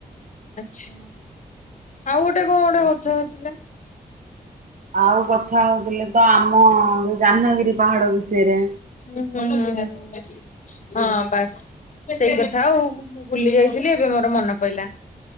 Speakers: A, on the left; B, on the right.
A: ଆଛା ଆଉ ଗୋଟେ କଣ ଗୋଟେ କଥା ହୋଇଥିଲେ।
B: ଆଉ କଥା ହଉଥିଲେ ତ ଆମ ଜାହ୍ନଗିରି ପାହାଡ ବିଷୟରେ।
A: ହୁଁ ହୁଁ ହୁଁ ହୁଁ ଉ ହଁ ବାସ୍ ସେଇ ହଁ ଆଉ ମୁଁ ଭୁଲି ଯାଇଥିଲି ଏବେ ମୋର ମନେ ପଇଲା।